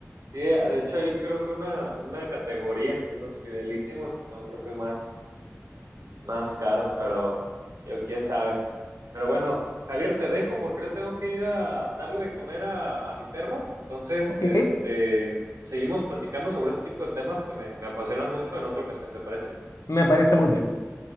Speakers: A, on the right; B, on the left.
A: sí, de hecho hay creo que una, una categoría que es los fidelísimos, que son creo que más, más caros, pero yo quién sabe. Pero bueno, Javier, te dejo porque yo tengo que ir a darle de comer a, a mi perro. Entonces,
B: Ok,
A: este, seguimos platicando sobre este tipo de temas que me, me apasionan mucho en otra ocasión, ¿te parece?
B: me parece muy bien.